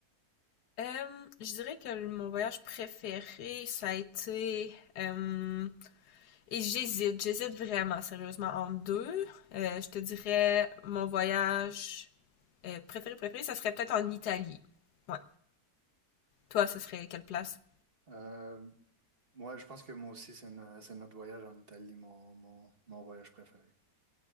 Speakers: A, on the left; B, on the right.
A: Euh, je dirais que le- mon voyage préféré, ça a été... euh, et j'hésite, j'hésite vraiment sérieusement entre deux. Euh, je te dirais mon voyage euh, préféré, préféré, ça serait peut-être en Italie. Ouais. Toi, ce serait quelle place?
B: Euh, moi, je pense que moi aussi, c'est no- c'est notre voyage en Italie, mon, mon, mon voyage préféré. Je